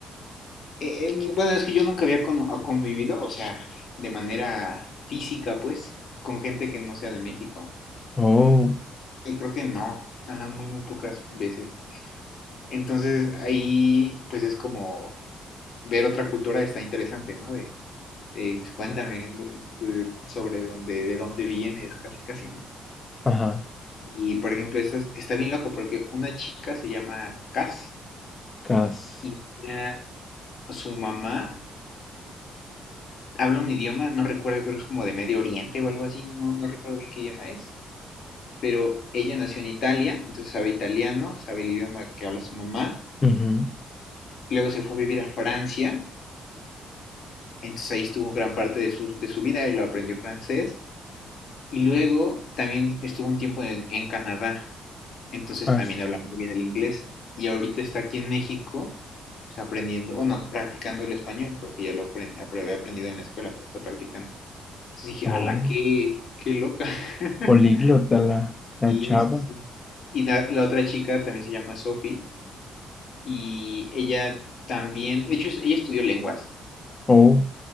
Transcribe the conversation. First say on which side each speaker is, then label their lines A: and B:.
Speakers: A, on the left (about 60°); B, on the left (about 30°).
A: eh, eh, bueno, es que yo nunca había con- ah, convivido, o sea, de manera física, pues, con gente que no sea de México.
B: Oh,
A: Y creo que no, ajá, muy, muy pocas veces. Entonces ahí, pues es como ver otra cultura está interesante, ¿no? De, de, pues, cuéntame de- de- sobre dónde, de dónde vienes, casi, casi, ¿no?
B: ajá.
A: Y por ejemplo, esto es- está bien loco porque una chica se llama Cass
B: Cas.
A: y ella- su mamá habla un idioma, no recuerdo, creo que es como de Medio Oriente o algo así, no, no, no recuerdo bien qué idioma es, pero ella nació en Italia, entonces sabe italiano, sabe el idioma que habla su mamá,
B: Ujú.
A: luego se fue a vivir a Francia, entonces ahí estuvo gran parte de su, de su vida y lo aprendió francés, y luego también estuvo un tiempo en, en Canadá, entonces
B: As.
A: también habla muy bien el inglés, y ahorita está aquí en México pues, aprendiendo, o no, practicando el español, porque ya lo aprend- había aprendido en la escuela, pero está practicando. Entonces dije,
B: Oh.
A: ala, qué, qué loca. <laughs>
B: Políglota la,
A: Sí,
B: la chava.
A: sí, sí. Y la, la otra chica también se llama Sophie y ella también, de hecho, es- ella estudió lenguas,
B: Oh.